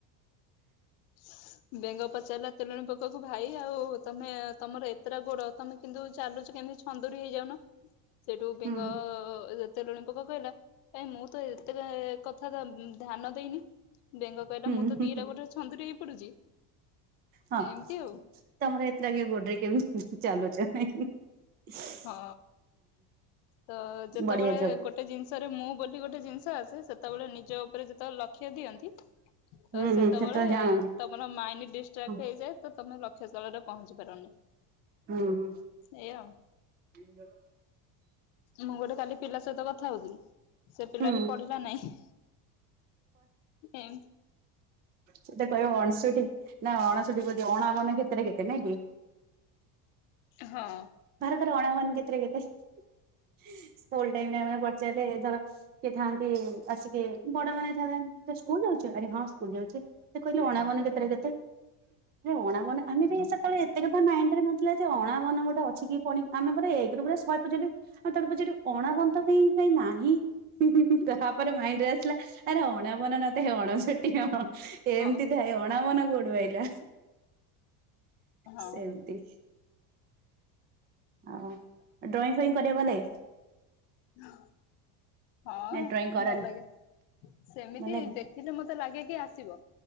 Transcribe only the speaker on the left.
<inaudible> ବେଙ୍ଗ ପଚାରିଲା ତେଲୁଣି ପୋକକୁ ଭାଇ ଆଉ ତମେ ତମର ଏତେଟା ଗୋଡ ତମେ କିନ୍ତୁ ଚାଲୁଛ କେମିତି। <unintelligible> ହେଇଯାଉନ ସେଇଠୁ
ବେଙ୍ଗ ତେଲୁଣିୀ ପୋକ କହିଲା କାଇଁ ମୁଁ ତ ଏତେ କଥା ଧ୍ୟାନ ଦେଇନି। ବେଙ୍ଗ କହିଲା
ମୁଁ ତ ଦିଟା ଗୋଟେ ଛନ୍ଦୁରୀ ହେଇ ପଡୁଛି।
ଏମିତି ଆଉ
ହଁ ତ ଯେତେବେଳେ
ଗୋଟେ ଜିନିଷରେ ମୁଁ ବୋଲି ଗୋଟେ ଜିନିଷ ଆସେ ସେ ସେତେବେଳେ ନିଜ ଉପରେ ଯେତେବେଳେ ଲକ୍ଷ୍ୟ ଦିଅନ୍ତି ତ
ସେତେବେଳେ
ତ ତମର ମାଇଣ୍ଡ ଡିଷ୍ଟ୍ରାକ୍ଟ
ହେଇଯାଏ ତୁମେ ଲକ୍ଷ୍ୟସ୍ଥଳରେ ପହଞ୍ଚି ପାରନି।
ଏଇଆଉ।
ମୁଁ ଗୋଟେ କାଲି ପିଲା ସହିତ କଥା ହଉଥିଲି ସେ ପିଲାଟି
ପଢିଲା ନାଇଁ। ଏମ୍
ହଁ।
ହଁ
ହଁ
ହଁ। ହଁ
ଭଲ ଲାଗେ, ସେମିତି
ଦେଖିଲେ ମତେ ଲାଗେ କି ଆସିବ।